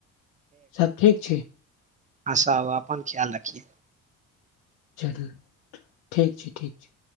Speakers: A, on the left (about 85°); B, on the right (about 20°).
A: सभ ठीक छी
B: आसा अपन ख्याल रखिए
A: चल ठीक छै ठीक छै